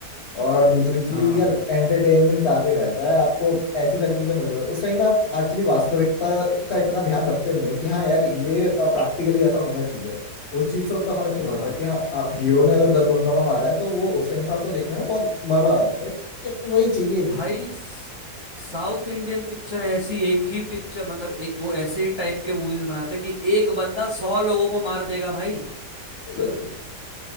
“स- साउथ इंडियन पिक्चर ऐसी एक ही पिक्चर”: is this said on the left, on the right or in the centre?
Right